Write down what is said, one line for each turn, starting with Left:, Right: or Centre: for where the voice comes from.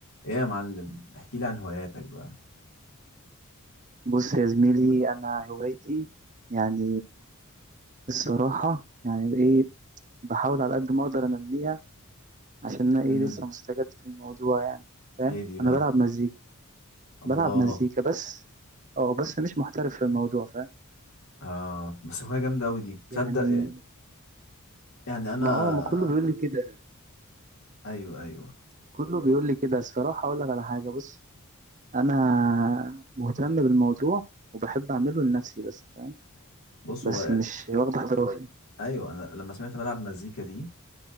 Left: ايه يا معلم احكي لي عن هواياتك بقى
Right: بص يا زميلي انا هوايتي يعني الصراحه يعني ايه بحاول على قد ما اقدر انميها عشان انا ايه
Left: امم
Right: لسه مستجد في الموضوع يعني فاهم
Left: ايه دي بقى
Right: انا بلعب مزيكا
Left: الله
Right: بلعب مزيكا بس اه بس مش محترف في الموضوع فاهم
Left: اه بس هواية جامدة اوي دي تصدق
Right: يعني
Left: إيه؟ يعني انا
Right: ما اه ما كله بيقول لي كده
Left: ايوه ايوه
Right: كله بيقول لي كده الصراحه اقول لك على حاجه بص انا مهتم بالموضوع وبحب اعمله لنفسي بس فاهم
Left: بص
Right: بس
Left: هو
Right: مش واخد احترافي
Left: ايوه انا لما سمعت بلعب مزيكا دي